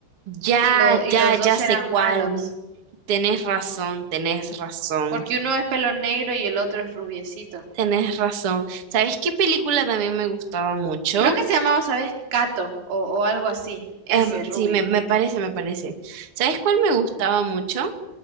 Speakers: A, on the right (about 35°); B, on the right (about 75°).
A: Ya,
B: y, lo, y
A: ya,
B: los dos
A: ya sé
B: eran
A: cuál.
B: malos.
A: Tenés razón, tenés razón,
B: Porque uno es pelo negro y el otro es rubiecito.
A: tenés razón. ¿Sabes qué película también me gustaba mucho?
B: Creo que se llamaba, ¿sabes? Cato o, o algo así. Ese
A: Em,
B: rubio.
A: sí, me, me parece, me parece. ¿Sabes cuál me gustaba mucho?